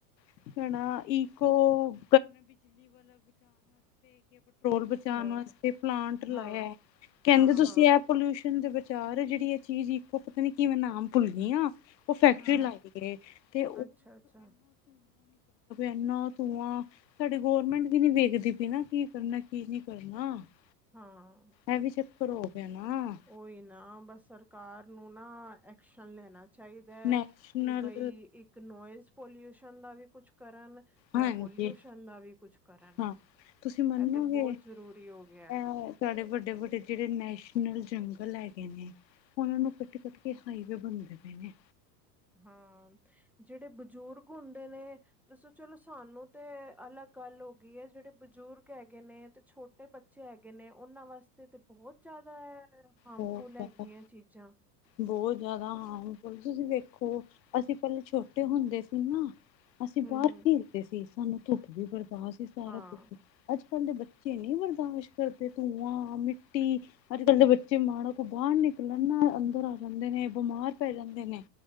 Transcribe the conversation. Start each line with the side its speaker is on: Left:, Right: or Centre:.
Left: <unintelligible> ਪੈਟਰੋਲ ਬਚਾਉਣ
Centre: ਹਾਂ,
Left: ਵਾਸਤੇ ਪਲਾਂਟ ਲਾਇਆ।
Centre: ਹਾਂ,
Left: ਕਹਿੰਦੇ
Centre: ਹਾਂ,
Left: ਤੁਸੀਂ
Centre: ਹਾਂ,
Left: ਇਹ ਪੋਲਯੂਸ਼ਨ ਦੇ ਵਿਚਾਰ ਹੈ। ਜਿਹੜੀ ਇਹ ਚੀਜ਼ ਇੱਕੋ ਪਤਾ ਨੀ ਕਿ ਮੈਂ ਨਾਮ ਭੁੱਲ ਗਈ ਆ।
Centre: ਹਾਂ
Left: <unintelligible> ਲਦਾ ਵੀ
Centre: ਅੱਛਾ, ਅੱਛਾ
Left: ਇਨਾ ਧੂੰਆਂ। ਸਾਡੀੇ ਗੌਰਮੈਂਟ ਵੀ ਨੀ ਵੇਖਦੀ ਪ ਨਾ। ਕੀ ਕਰਨਾ ਕੀ ਨਹੀਂ <unintelligible>
Centre: ਹਾਂ
Left: ਇਹ ਵੀ ਚੱਕਰ ਹੋ ਗਿਆ ਨਾ
Centre: ਉਹੀ ਨਾ ਬਸ ਸਰਕਾਰ ਨੂੰ ਨਾ ਐਕਸ਼ਨ ਲੈਣਾ ਚਾਹੀਦਾ।
Left: ਨੈਸ਼ਨਲ
Centre: ਕਿ ਬਈ ਇੱਕ ਨੋਇਜ਼ ਪੋਲਿਊਸ਼ਨ ਦਾ ਵੀ ਕੁਛ ਕਰਨ ਤੇ
Left: ਹਾਂਜੀ
Centre: ਪੋਲਿਊਸ਼ਨ ਦਾ ਵੀ ਕੁਛ ਕਰਨ।
Left: ਹਾਂ। ਤੁਸੀਂ ਮੰਨੋਗੇ
Centre: ਇਹ ਤੇ ਬਹੁਤ
Left: ਇਹ
Centre: ਜ਼ਰੂਰੀ ਹੋ ਗਿਆ।
Left: ਸਾਡੇ ਵੱਡੇ ਵੱਡੇ ਜਿਹੜੇ ਨੈਸ਼ਨਲ ਜੰਗਲ ਲੈ ਗਏ ਨੇ ਹੁਣ ਉਹਨੂੰ ਕੱਟ ਕੱਟ ਕੇ ਹਾਈਵੇ ਬਣਦੇ ਪਏ ਨੇ।
Centre: ਹਾਂ ਜਿਹੜੇ ਬਜ਼ੁਰਗ ਹੁੰਦੇ ਨੇ ਦੱਸੋ ਚਲੋ ਸਾਨੂੰ ਤੇ ਅਲੱਗ ਗੱਲ ਹੋ ਗਈ ਹੈ। ਜਿਹੜੇ ਬਜ਼ੁਰਗ ਹੈਗੇ ਨੇ ਤੇ ਛੋਟੇ ਬੱਚੇ ਹੈਗੇ ਨੇ ਉਹਨਾਂ ਵਾਸਤੇ ਤੇ ਬਹੁਤ ਜ਼ਿਆਦਾ ਹਾਰਮਫੁਲ
Left: ਬਹੁਤ
Centre: ਹੈਗੀਆਂ
Left: ਜ਼ਿਆਦਾ
Centre: ਚੀਜ਼ਾਂ।
Left: ਬਹੁਤ ਜ਼ਿਆਦਾ ਹਾਂ। ਤੁਸੀਂ ਵੇਖੋ ਅਸੀਂ ਪਹਿਲੇ ਛੋਟੇ ਹੁੰਦੇ ਸੀ ਨਾ ਅਸੀਂ
Centre: ਹਮ
Left: ਬਾਹਰ ਖੇਡਦੇ ਸੀ। ਸਾਨੂੰ ਧੁੱਪ ਵੀ ਬਰਦਾਸ਼ ਸੀ। ਸਾਰਾ
Centre: ਹਾਂ
Left: ਕੁਛ ਅੱਜ ਅੱਜ ਕੱਲ ਦੇ ਬੱਚੇ ਨੀ ਬਰਦਾਸ਼ਤ ਕਰਦੇ। ਧੂੰਆਂ, ਮਿੱਟੀ ਅੱਜ ਕੱਲ ਦੇ ਬੱਚੇ ਮਾੜ ਕੋ ਬਾਹਰ ਨਿਕਲਣ ਨਾ! ਅੰਦਰ ਆ ਜਾਂਦੇ ਨੇ। ਬਿਮਾਰ ਪੈ ਜਾਂਦੇ ਨੇ।